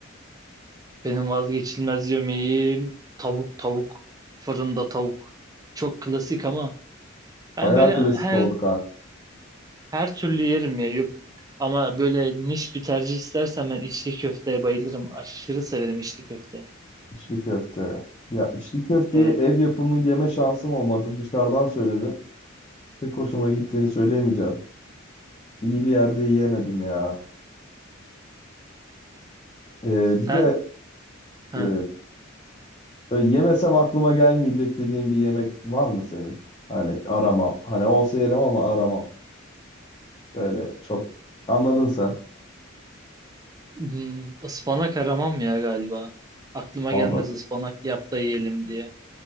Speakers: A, on the right; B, on the left.
A: Benim vazgeçilmez yemeğim tavuk tavuk fırında tavuk. Çok klasik ama ben
B: Bayağı
A: böyle
B: klasik
A: her
B: oldu kanka.
A: her türlü yerim ya. Yok- Ama böyle niş bir tercih istersem ben içli köfteye bayılırım. Aşırı severim içli köfte.
B: İçli köfte. Ya içli köfteyi
A: Ee,
B: ev yapımı yeme şansım olmadı. Dışarıdan söyledim. Pek hoşuma gittiğini söyleyemeyeceğim. İyi bir yerde yiyemedim ya. Ee, bir
A: sen
B: de
A: heh,
B: e, böyle yemesem aklıma gelmeyecek dediğin bir yemek var mı senin? Hani aramam. Hani olsa yerim ama aramam. Böyle çok. Anladın sen.
A: hmm, ıspanak aramam ya galiba. Aklıma
B: Abi
A: gelmez ıspanak yap da yiyelim diye.